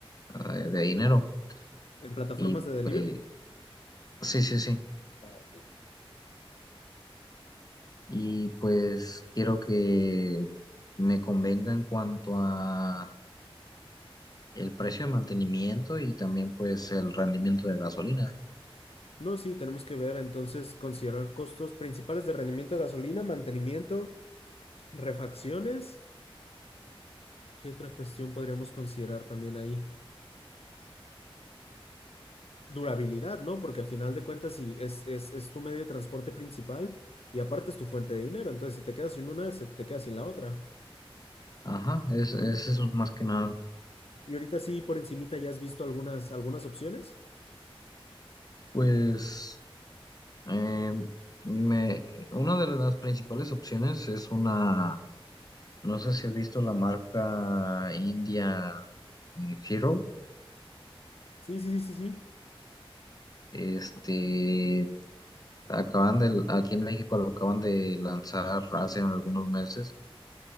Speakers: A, on the left; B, on the left.
A: eh, de dinero.
B: ¿En plataformas
A: Y
B: de delivery?
A: pues, sí, sí, sí.
B: Ah, ok.
A: Y pues quiero que me convenga en cuanto a el precio de mantenimiento y también pues el rendimiento de gasolina.
B: No, sí, tenemos que ver entonces considerar costos principales de rendimiento de gasolina, mantenimiento, refacciones. ¿Qué otra cuestión podríamos considerar también ahí? Durabilidad, ¿no? Porque a final de cuentas, si es, es, es tu medio de transporte principal y aparte es tu fuente de dinero, entonces si te quedas sin una, se te quedas sin la otra.
A: Ajá, es, es eso más que nada.
B: Y ahorita sí, por encimita, ¿ya has visto algunas, algunas opciones?
A: Pues eh, me, una de las principales opciones es una No sé si has visto la marca India mm, Hero.
B: Sí, sí, sí, sí, sí.
A: Este, acaban de, aquí en México lo acaban de lanzar hace algunos meses